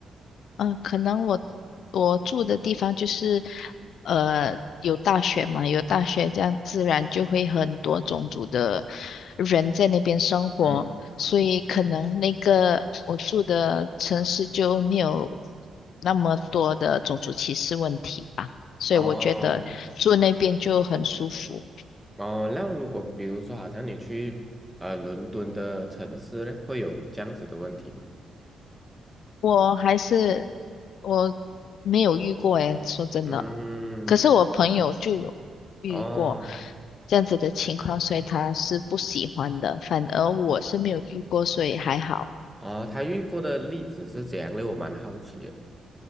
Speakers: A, on the left; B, in the centre.
A: 嗯，可能我我住的地方就是，呃，有大学嘛，有大学，这样自然就会很多种族的人在那边生活，
B: 嗯，
A: 所以可能那个我住的城市就没有那么多的种族歧视问题吧，所以我觉得住那边就很舒服。
B: 哦哦，那如果比如说，好像你去呃伦敦的城市呢，会有这样子的问题吗？
A: 我还是我没有遇过诶，说真的，
B: 嗯，
A: 可是我朋友就有遇过
B: 哦
A: 这样子的情况，所以他是不喜欢的。反而我是没有遇过，所以还好。
B: 哦，他遇过的例子是怎样的？我蛮好奇的。